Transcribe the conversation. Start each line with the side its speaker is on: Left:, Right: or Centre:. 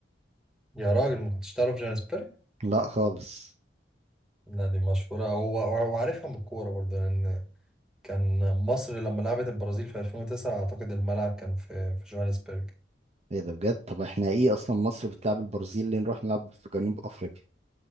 Centre: يا راجل ما كنتش تعرف جوهانسبرج
Right: لا خالص
Centre: لا دي مشهوره هو وعارفها من الكوره برضه لان كان مصر لما لعبت البرازيل في 2009 اعتقد الملعب كان في في جوهانسبرج
Right: ايه ده بجد طب احنا ايه اصلا مصر بتلعب البرازيل ليه نروح نلعب في جنوب افريقيا